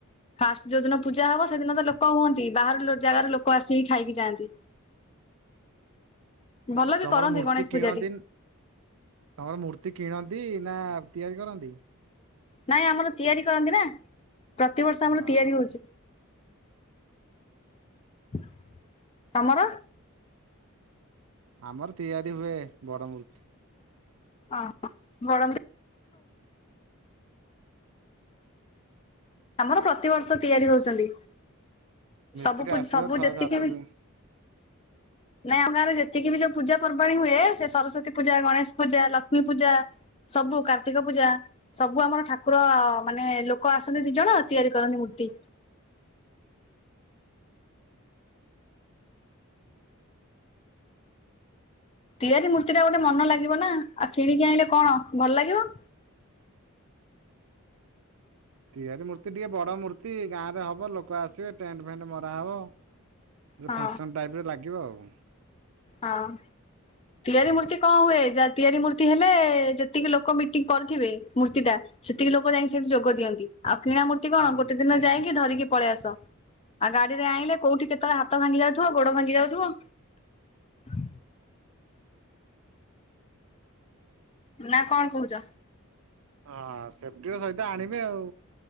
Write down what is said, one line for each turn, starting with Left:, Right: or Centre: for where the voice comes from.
Left: ଫାଷ୍ଟ ଯୋଉ ଦିନ ପୂଜା ହବ ସେଦିନ ତ ଲୋକ ହୁଅନ୍ତି ବାହାର ଜାଗାରେ ଲୋକ ଆସିକି ଖାଇକି ଯାଆନ୍ତି। ଭଲ ବି
Right: ତମର
Left: କରନ୍ତି
Right: ମୂର୍ତ୍ତି
Left: ଗଣେଶ
Right: କିଣନ୍ତି
Left: ପୂଜାଟି
Right: ତମର ମୂର୍ତ୍ତି କିଣନ୍ତି ନା ତିଆରି କରନ୍ତି।
Left: ନାଇଁ ଆମର ତିଆରି କରନ୍ତି ନା ପ୍ରତିବର୍ଷ
Right: ହଁ
Left: ଆମର ତିଆରି ହଉଛି। ତମର?
Right: ଆମର ତିଆରି ହୁଏ ବଡ ମୃତି
Left: ଅହ ବଡ ଆମର ପ୍ରତିବର୍ଷ ତିଆରି ହଉଛନ୍ତି।
Right: ମିସ୍ତ୍ରୀ
Left: ସବୁ ପୂ
Right: ଆସିବ
Left: ସବୁ
Right: ଛଅ
Left: ଯେତିକି
Right: ସାତ
Left: ବି
Right: ଦିନ
Left: ନାଇଁ ଆମ ଗାଁରେ ଯେତିକି ବି ଯୋଉ ପୂଜା ପର୍ବାଣୀ ହୁଏ ସେ ସରସ୍ଵତୀ ପୂଜା, ଗଣେଶ ପୂଜା, ଲକ୍ଷ୍ମୀ ପୂଜା ସବୁ କାର୍ତ୍ତିକ ପୂଜା ସବୁ ଆମର ଠାକୁର ମାନେ ଲୋକ ଆସ ଦି ଜଣ ତିଆରି କରନ୍ତିି ମୂର୍ତ୍ତି ତିଆଜି ମୂର୍ତ୍ତି ଟା ଗୋଟେ ମନ ଲାଗିବ ନା ଆଉ କିଣିକି ଆଣିଲେ କଣ ଭଲ ଲାଗିବ।
Right: ତିଆରି ମୂର୍ତ୍ତି ଟିକେ ବଡ ମୂର୍ତ୍ତି ଗାଁ ରେ ହବ ଲୋକ ଆସିବେ ଟେଣ୍ଟ ଫେଣ୍ଟ ମରାହବ। ଯୋଉ
Left: ହଁ
Right: ଫଙ୍କସନ ଟାଇପର ଲାଗିବ ଆଉ।
Left: ହଁ। ତିଆରି ମୂର୍ତ୍ତି କଣ ହୁଏ ଯାହା ତିଆରି ମୂର୍ତ୍ତି ହେଲେ ଯେତିକି ଲୋକ ମିଟିଂ କରିଥିବେ। ମୂର୍ତ୍ତିଟା ସେତିକି ଲୋକ ଯାଇକି ସେଠି ଯୋଗ ଦିଅନ୍ତି ଆଉ କିଣା ମୂର୍ତ୍ତି କଣ
Right: ହୁଁ।
Left: ଗୋଟେ ଦିନ ଯାଇକି ଧରିକି ପଳେଇ ଆସ ଆଉ ଗାଡିରେ ଆଣିଲେ କୋଉଠି କେତେବେଳେ ହାତ ଭାଙ୍ଗି ଯାଉଥିବ ଗୋଡ ଭାଙ୍ଗି ଯାଉଥିବ ହଁ ନା କଣ କହୁଛ?
Right: ହଁ ସେଫଟି ର ସହିତ ଆଣିବେ ଆଉ।